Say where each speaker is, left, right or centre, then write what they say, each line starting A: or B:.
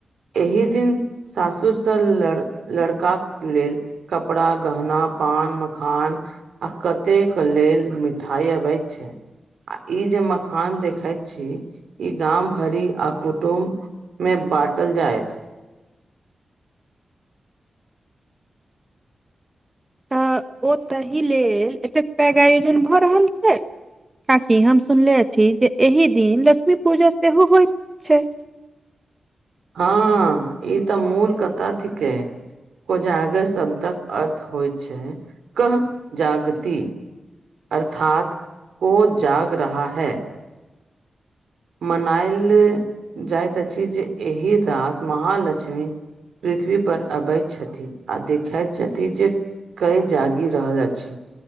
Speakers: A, on the right (about 90°); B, on the right (about 15°).
A: एहि दिन सासुर स लड़ लड़काक लेल। कपड़ा गहना पान मखान। आ कतेक लेल मिठाई अबैत छै। आ ई जे मखान देखैत छी ई गाम भरी आ कुटुम्ब। में बाटल जायत।
B: तऽ ओ ताहि लेल एतेक पैग आयोजन भऽ रहल छै। काकि हम सुनलने छी जे एहि दिन लक्ष्मी पूजा सेहो होइत छै।
A: हँ ई तऽ मूल कतऽ थिके।। कोजाागर शब्दक अर्थ होइ छै कह जागति। अर्थात वो जाग रहा है। मनायल जाइत अछि जे एहि रात महालक्ष्मी। पृथ्वी पर अबैत छथि आ देखैत छथि जे। के जागि रहल अछि।